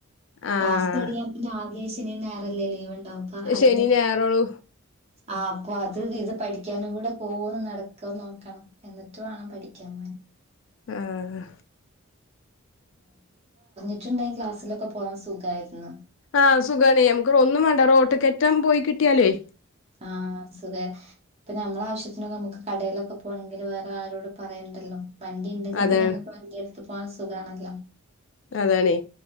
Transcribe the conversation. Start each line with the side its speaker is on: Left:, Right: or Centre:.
Left: ആഹ്
Right: ക്ലാസ് തുടാങ്ങിയാ പിന്നെ ആകേ ശനി ഞങ്ങറാല്ലേ ലീവ് ഉണ്ടാവും അപ്പ അയിന്ന്
Left: ശനി ഞായറോളു
Right: ആഹ് അപ്പൊ അത് ഇത് പഠിക്കാനും കൂടെ പോവൊന്ന് നടകൊന്ന് നോക്കണം എന്നിട്ട് വേണം പഠിക്കാൻ പോവൻ
Left: ആഹ്
Right: ച്ചുട്ടുണ്ടെ ക്ലാസിലൊക്കെ പോവാൻ സുഖയിരുന്നു
Left: ആ സുഖണേ ഞമക്ക്റ് ഒന്നും വേണ്ട റോട്ട് കറ്റാൻ പോയി കിട്ടിയാലേ
Right: ആഹ് സുഖ ഇപ്പ നമ്മള വിശാത്തിന് ഒക്കെ നമുക്ക് കടയിലൊക്കെ പോണെങ്കിൽ വേറെ ആരോട് പറയണ്ടല്ലോ വണ്ടി ഉണ്ടെങ്കി
Left: അതാണ്
Right: പിന്നെ നമുക്ക് വണ്ടി എടുത്തു പോൻ സുഖമാണല്ലോ
Left: അതാണേ